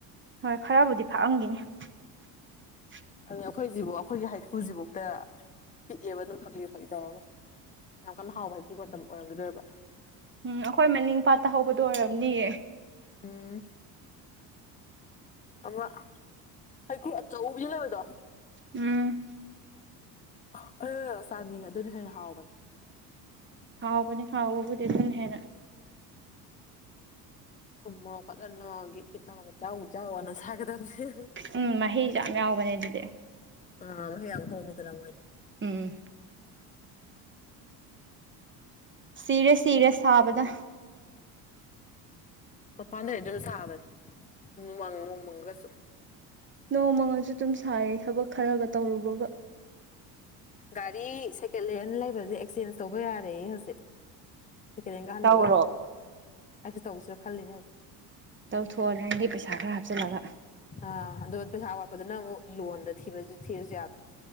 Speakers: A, on the right; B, on the left.
A: ꯍꯣꯏ ꯈꯔꯕꯨꯗꯤ ꯐꯥꯛꯑꯝꯈꯤꯅꯤ <inaudible>
B: ꯑꯗꯨꯅꯦ ꯑꯩꯈꯣꯏꯁꯤꯐꯥꯎ ꯑꯩꯈꯣꯏꯒꯤ ꯍꯩꯀꯨ ꯁꯤꯐꯥꯎꯗ ꯄꯤꯛꯑꯦꯕ ꯑꯗꯨꯝ ꯐꯛꯂꯤ ꯐꯛꯂꯤ ꯇꯧꯔꯒ꯫ ꯌꯥꯝ ꯀꯟꯅ ꯍꯥꯎꯕ ꯏꯀꯨꯕ ꯃꯇꯝ ꯑꯣꯏꯔꯝꯈꯤꯔꯣꯏꯕ꯫
A: ꯎꯝ ꯑꯩꯈꯣꯏ ꯃꯅꯤꯡ ꯄꯥꯠꯇ ꯍꯧꯕꯗꯣ ꯑꯣꯏꯔꯝꯅꯤꯌꯦ꯫
B: ꯎꯝ꯫ ꯑꯃ ꯍꯩꯀꯨ ꯑꯆꯧꯕꯤ ꯂꯩꯕꯗꯣ꯫
A: ꯎꯝ꯫
B: <unintelligible> ꯆꯥꯅꯤꯡꯉꯦ ꯑꯗꯨꯅ ꯍꯦꯟꯅ ꯍꯥꯎꯕꯅꯦ꯫
A: ꯍꯥꯎꯕꯅꯦ ꯍꯥꯎꯕꯕꯨꯗꯤ ꯑꯗꯨꯅ ꯍꯦꯟꯅ꯫
B: ꯊꯨꯝ ꯃꯣꯔꯣꯛ ꯐꯖꯅ <unintelligible> ꯒꯤꯠ ꯒꯤꯠ ꯅꯝꯃꯒ ꯖꯎ ꯖꯎ ꯑꯅ ꯁꯥꯏꯒꯗꯕꯅꯦ꯫
A: ꯎꯝ ꯃꯍꯤꯁꯨ ꯌꯥꯝ ꯌꯥꯎꯕꯅꯦ ꯑꯗꯨꯗꯤ꯫
B: ꯑ ꯃꯍꯤ ꯌꯥꯝ ꯍꯣꯝꯃꯤꯗꯅ ꯃꯣꯏꯏꯗꯤ꯫
A: ꯎꯝ꯫ ꯁꯤꯔꯦ ꯁꯤꯔꯦ ꯁꯥꯕꯅ꯫
B: ꯃꯄꯥꯟꯗꯩ ꯑꯗꯨꯝ ꯁꯥꯕꯅꯤ ꯃꯪ ꯅꯣꯡꯃꯪꯒꯁꯨ꯫
A: ꯅꯣꯡꯃꯪꯉꯁꯨ ꯑꯗꯨꯝ ꯁꯥꯏꯌꯦ ꯊꯕꯛ ꯈꯔꯒ ꯇꯧꯔꯨꯕꯒ꯫
B: ꯒꯥꯔꯤ ꯁꯦꯀꯦꯟ ꯍꯦꯟ ꯂꯩꯕꯁꯦ ꯑꯦꯛꯆꯦꯟꯖ ꯇꯧꯕ ꯌꯥꯔꯦꯌꯦ ꯍꯧꯖꯤꯛ꯫ ꯁꯦꯀꯦꯟ ꯍꯦꯟꯒ ꯑꯍꯟꯕꯒ
A: ꯇꯧꯔꯣ
B: ꯑꯩꯁꯨ ꯇꯧꯁꯤꯔ ꯈꯜꯂꯤꯅꯦ ꯍꯧꯖꯤꯛ꯫
A: ꯇꯧꯊꯣꯛꯑꯣ ꯅꯪꯒꯤ ꯄꯩꯁꯥ ꯈꯔ ꯍꯥꯞꯆꯤꯜꯂꯒ꯫
B: ꯑ ꯑꯗꯨꯒ ꯄꯩꯁꯥ ꯋꯥꯠꯄꯗꯨꯅ ꯑꯃꯨꯛ ꯂꯣꯟꯗ ꯊꯤꯕꯁꯨ ꯊꯤꯔꯁꯨ ꯌꯥꯕ꯫